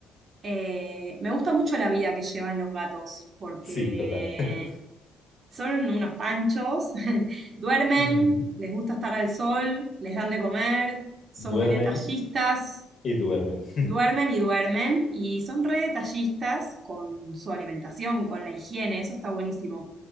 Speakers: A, on the right (about 40°); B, on the left (about 40°).
A: eh, me gusta mucho la vida que llevan los gatos, porque
B: Sí, total. <laughs>
A: son unos panchos, <laughs> duermen,
B: Ujú.
A: les gusta estar al sol, les dan de comer, son
B: Duermen
A: muy detallistas,
B: y duermen.
A: duermen y duermen, y son re detallistas con su alimentación, con la higiene, eso está buenísimo.